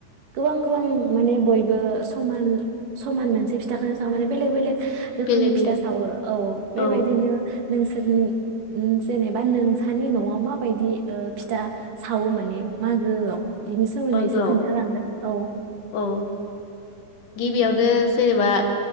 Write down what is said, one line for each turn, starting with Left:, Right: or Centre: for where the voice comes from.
Right: गोबां गोबां माने बयबो समान समान मोनसे फि था खौ सावा माने बेलेग बेलेग रोखोमनि
Left: बेलेग
Right: फिथा
Left: बेलेग
Right: सावो औ बेबायदिनो
Left: औ
Right: नोंसोर जेनेबा नोंसानि नआव माबायदि फिथा सावो माने मागोआव? बिनि सोमोन्दै
Left: मागोआव
Right: एसे खोनथालांदो औ।
Left: औ गिबियावनो जेनेबा